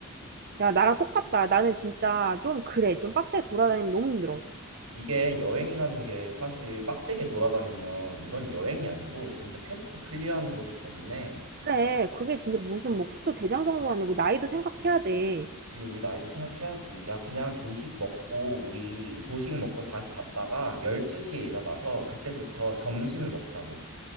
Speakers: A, on the right (about 45°); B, on the right (about 85°).
A: 야, 나랑 똑같다. 나는 진짜 좀 그래. 좀 빡세게 돌아다니면 너무 힘들어.
B: 이게 여행이라는 게 사실 빡세게 돌아다니면 이건 여행이 아니고 진짜 퀘스트 클리어하는 거기 때문에
A: 그래, 그게 진짜 무슨 뭐 국도 대장정도 아니고 나이도 생각해야 돼.
B: 그치, 우리 나이도 생각해야지. 야, 그냥 조식 먹고 우리 조식 먹고 다시 잤다가 12시에 일어나서 그때부터 점심을 먹자고.